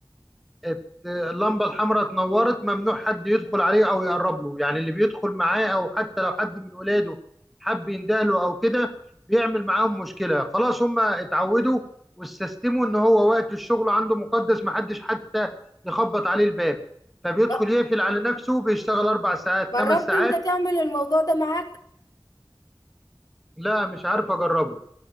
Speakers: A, in the centre; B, on the left.
A: ات- اللمبه الحمراء اتنورت ممنوع حد يدخل عليه او يقرب له يعني اللي بيدخل معاه او حتى لو حد من ولاده حب يندهله او كده بيعمل معاهم مشكله خلاص هم اتعودوا واستسلموا ان هو وقت الشغل عنده مقدس محدش حتى يخبط عليه الباب فبيدخل
B: ب-
A: يقفل على نفسه بيشتغل اربع ساعات
B: جربت
A: خمس ساعات
B: انت تعمل الموضوع ده معاك
A: لا مش عارف اجربه